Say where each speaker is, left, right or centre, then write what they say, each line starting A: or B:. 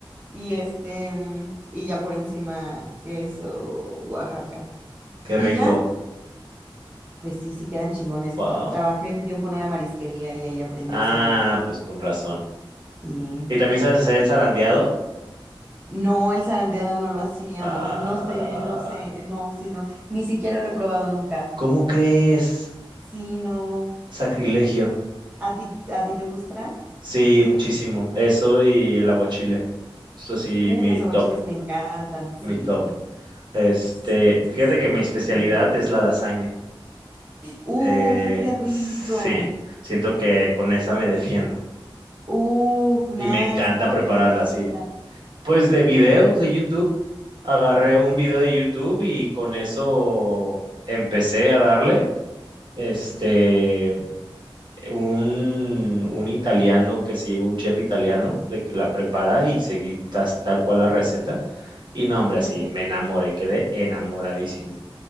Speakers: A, on the right; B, on the right.
A: Y este, mm, y ya por encima queso Oaxaca.
B: Qué
A: Y
B: rico.
A: ya, Pues sí, sí quedan chingones.
B: Wow.
A: Trabajé un tiempo en una marisquería y ahí aprendí
B: Ah,
A: a hacerlo.
B: pues con razón.
A: Sí.
B: ¿Y también sabes hacer el zarandeado?
A: No, el zarandeado no lo hacíamos.
B: Ah,
A: No sé, no sé, no, sí, no. Ni siquiera lo he probado nunca.
B: ¿cómo crees?
A: Sí, no.
B: Sacrilegio.
A: ¿A ti, a ti te gusta?
B: Sí, muchísimo. Eso y el aguachile. Eso sí,
A: Uy,
B: mi
A: los aguachiles
B: top,
A: me encantan, sí.
B: mi top. Este,
A: Sí, sí,
B: fíjate
A: sí.
B: que
A: el
B: mi
A: aguachile.
B: especialidad es la lasaña.
A: Uf,
B: Eh,
A: qué rico.
B: sí, siento que con esa me defiendo
A: Uf, nice.
B: y me encanta
A: ¿Cómo aprendiste
B: prepararla
A: a
B: así.
A: hacerla?
B: Pues de videos de YouTube, agarré un video de YouTube y con eso empecé a darle. Este, un, un italiano que sigue, un chef italiano, de que la prepara y seguí tas- tal cual la receta. Y no, hombre,
A: Uf.
B: así me enamoré, quedé enamoradísimo.